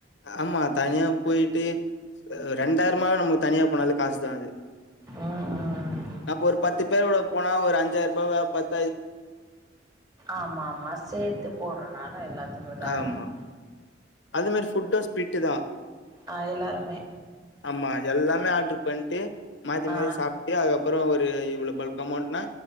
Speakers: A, on the left; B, on the right.
A: ஆமா தனியா போயி ட்டு ரெண்டாயிர பெரும்பாலு தனியா போனாலு காசு தா அது
B: ம், ம்.
A: நா அப்ப ஒரு பத்து பேரோட போனா ஒரு அஞ்சாயிருபாவ பத்து
B: ஆமா ஆமா சேர்த்து போடுறனால எல்லாத்துக்கும் இதா
A: ஆமா
B: இருக்கும்.
A: அது மாரி ஃபுட்டஸ் பிட்டுதா
B: ஆ எல்லாருமே
A: ஆமா எல்லாமே ஆர்டரு பண்ட்டு மாத்தி
B: ஆ
A: மாத்தி சாப்ட்டு அதுக்கப்புறோ ஒரு இவ்ளோ பல்க் அமௌண்ட்னா